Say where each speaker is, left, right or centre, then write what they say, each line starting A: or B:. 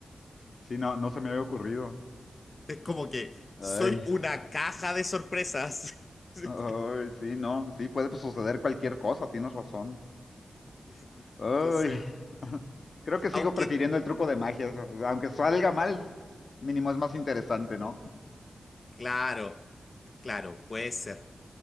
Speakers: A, on the left; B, on the left.
A: Sí, no, no se me había ocurrido.
B: es como que
A: Ay,
B: soy una caja de sorpresas. <laughs>
A: ay, sí, no, sí, puede pues, suceder cualquier cosa, tienes razón.
B: <laughs>
A: Ay,
B: Entonces,
A: <laughs> creo que sigo
B: aunque,
A: prefiriendo el truco de magia, eso, aunque salga mal, mínimo es más interesante, ¿no?
B: claro, claro, puede ser.